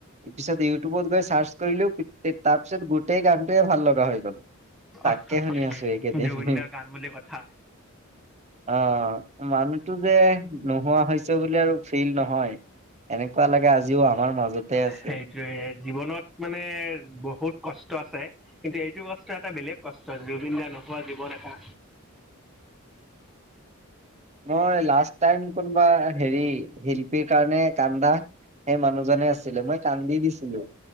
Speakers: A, on the right; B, in the centre.
A: পিছত ইউটিউবত গৈ চাৰ্চ কৰিলেও তাৰ পিছত গোটেই গানটোৱে ভাল লগা হৈ গ'ল। তাকে
B: আহ
A: শুনি আছো এইকেইদিন।
B: জুবিনদাৰ গান বুলি কথা
A: অ মানুহতো যে নোহোৱা হৈছে বুলি আৰু ফিল নহয়। এনেকুৱা লাগে। আজিও আমাৰ মাজতে আছে
B: সেইটোয়ে জীৱনত মানে বহুত কষ্ট আছে। কিন্তু এইটো কষ্ট এটা বেলেগ কষ্ট জুবিন দা নোহোৱা জীৱন এটা।
A: মই লাষ্ট টাইম কোনোবা। হেৰি শিল্পীৰ কাৰণে কান্দা। সেই মানুহজনে আছিলে মই কান্দি দিছিলো।